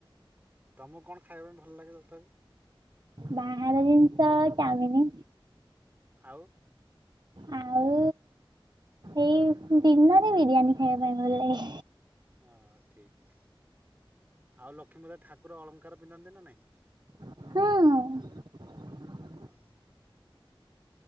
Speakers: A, on the right; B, on the right.
A: ତମକୁ କଣ ଖାଇବା ପାଇଁ ଭଲ ଲାଗେ ତଥାପି?
B: ବାହାରହାର ଜିନିଷ ଚାଉମିନି।
A: ଆଉ
B: ଆଉ ଏଇ ଦିନରେ ବିରିୟାନୀ ଖାଇବା ପାଇଁ ଭଲଲାଗେ।
A: ହଁ ଠିକ ଆଉ ଲକ୍ଷ୍ମୀପୂଜା ଠାକୁର ଅଳଙ୍କାର ପିନ୍ଧନ୍ତି ନା ନାଇଁ।
B: ହଁ
A: ଓ ହ